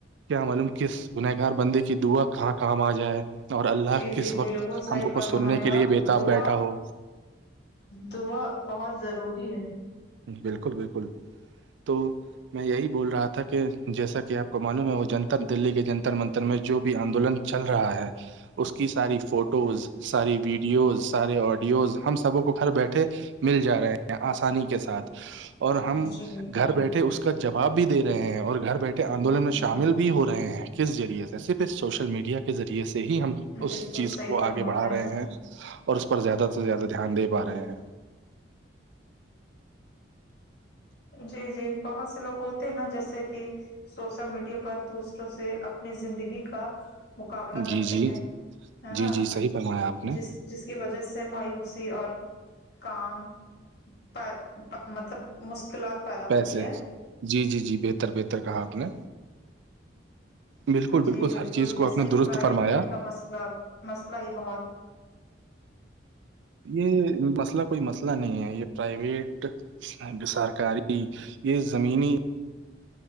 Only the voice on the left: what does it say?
جی
بالکل صحیح
فرما
رہے
ہیں
آپ
دعا
دعا بہت ضروری ہے
جی جی بالکل
جی
بالکل
بالکل
صحیح
فرما
آپ
جی جی بہت سے لوگوں نا جیسے کہ سوشل میڈیا پر دوسروں سے اپنی زندگی کا مقابلہ کرتے
ہیں ہے
نا
جس جس کی وجہ سے مایوسی اور کام پ مطلب مشکلات <unintelligible>
ہے
جی بالکل
جیسا
کہ
پرائیویٹ
کا مسئلہ مسئلہ ہی بہت